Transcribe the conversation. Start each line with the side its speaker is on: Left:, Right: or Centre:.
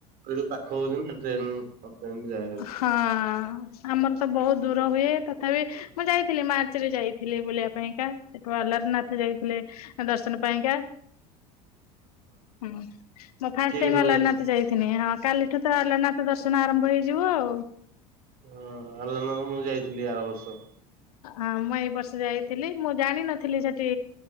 Right: ଏଠୁ ଯୋଉ ପାଖ ହଉଛି ନା ଟ୍ରେନ ଟ୍ରେନ ଯାଏ ହାରି
Left: ହଁ ଆମର ତ ବହୁତ ଦୂର ହୁଏ ତଥାପି ମୁଁ ଯାଇଥିଲି ମାର୍ଚ୍ଚ ରେ ଯାଇଥିଲି ବୁଲିବା ପାଇଁକା ସେଠୁ ଆଲାରନାଥ ଯାଇଥିଲେ ଦର୍ଶନ ପାଇଁକା। ହଁ ମଁ ଫାଷ୍ଟ
Right: କିଏ
Left: ଟାଇମ
Right: କିଏ ସବୁ
Left: ଅଲାରନାଥ
Right: ଯାଇଥିଲେ?
Left: ଯାଇଥିନି ହଁ କାଲିଠୁ ତ ଆଲାରନାଥ ଦର୍ଶ ଦର୍ଶନ ଆରମ୍ଭ ହେଇଯିବ ଆଉ।
Right: ହଁ ଆଲାରନାଥ ମୁଁ ଯାଇଥିଲି ଆର ବର୍ଷ।
Left: ଆଁ ମୁଁ ଏଇ ବର୍ଷ ଯାଇଥିଲି ମୁଁ ଜାଣିନଥି ଥିଲି ସେଠି